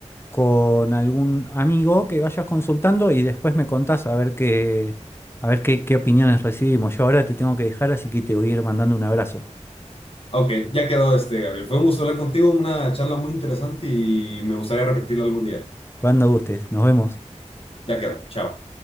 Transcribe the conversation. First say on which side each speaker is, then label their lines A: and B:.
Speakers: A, on the left; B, on the left.
A: con algún amigo que vayas consultando y después me contás a ver qué, a ver qué, qué opiniones recibimos. Yo ahora te tengo que dejar, así que te voy a ir mandando un abrazo.
B: Ok, ya quedó este, Gabriel. Fue un gusto hablar contigo, una charla muy interesante y me gustaría repetirlo algún día.
A: Cuando gustes, nos vemos.
B: Ya quedó. Chao.